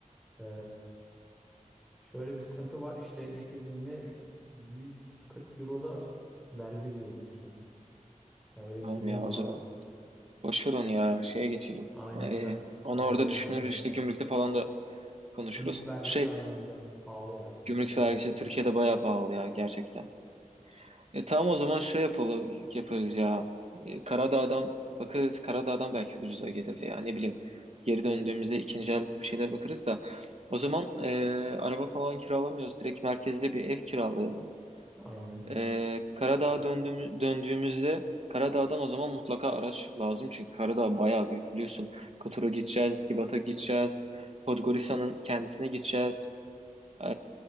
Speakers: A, in the centre; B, on the right.
A: E, şöyle bir sıkıntı var işte getirdiğinde 140 Euro'da vergi ödüyormuşsun. Ya öyle
B: Tamam
A: bir durum
B: ya o
A: vardı.
B: zaman. Boş ver onu ya. Şeye geçelim.
A: Aynen
B: Ee,
A: biraz
B: onu
A: pahalıya
B: orada düşünürüz.
A: geliyor.
B: işte gümrükte falan da konuşuruz.
A: Gümrük vergisi
B: Şey
A: aynen biraz pahalı ya. Sıkıntı
B: gümrük vergisi
A: oluyor.
B: Türkiye'de bayağı pahalı ya gerçekten. E, tamam o zaman şey yapalım, yaparız ya. E, Karadağ'dan bakarız. Karadağ'dan belki ucuza gelir ya ne bileyim. Geri döndüğümüzde ikinci el bir şeyler bakarız da. O zaman e, araba falan kiralamıyoruz. Direkt merkezde bir ev kiralayalım.
A: Aynen.
B: E, Karadağ'a döndüğüm, döndüğümüzde Karadağ'dan o zaman mutlaka araç lazım. Çünkü Karadağ bayağı büyük biliyorsun. Kotor'a gideceğiz, Tibat'a gideceğiz. Podgorica'nın kendisine gideceğiz. E,